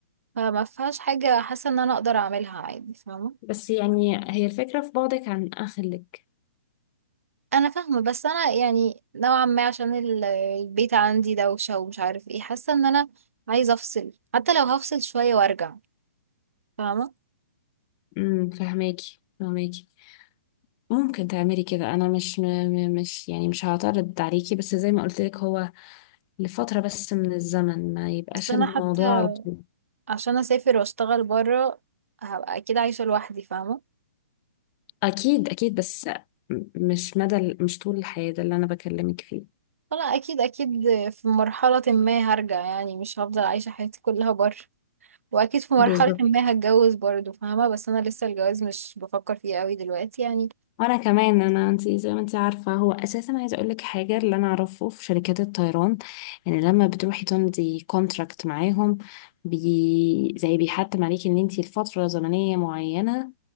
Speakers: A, on the right (about 80°); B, on the left (about 25°).
A: فما فيهاش حاجه حاسه ان انا اقدر اعملها عادي فاهمه
B: بس يعني هي الفكره في بعدك عن اهلك
A: انا فاهمه بس انا يعني نوعا ما عشان ال- البيت عندي دوشه ومش عارف ايه حاسه ان انا عايزه افصل حتى لو هفصل شويه وارجع فاهمه
B: امم فاهماكي فاهماكي ممكن تعملي كده انا مش م- م- مش يعني مش هعترض عليكي بس زي ما قلت لك هو لفترة بس من الزمن ما يبقاش
A: بس انا
B: الموضوع
A: حتى
B: على طول
A: عشان اسافر واشتغل بره هبقى اكيد عايشه لوحدي فاهمه
B: أكيد أكيد بس م- مش مدى ال- مش طول الحياة ده اللي أنا بكلمك فيه
A: فانا اكيد اكيد في مرحله ما هرجع يعني مش هفضل عايشه حياتي كلها بره واكيد في مرحله
B: بالظبط
A: ما هتجوز برضه فاهمه بس انا لسه الجواز مش بفكر فيه قوي دلوقتي يعني
B: وأنا كمان أنا أنت زي ما أنت عارفة هو أساسا عايزة أقولك حاجة اللي أنا أعرفه في شركات الطيران يعني لما بتروحي تمضي كونتراكت معاهم بي زي بيحتم عليكي إن أنت لفترة زمنية معينة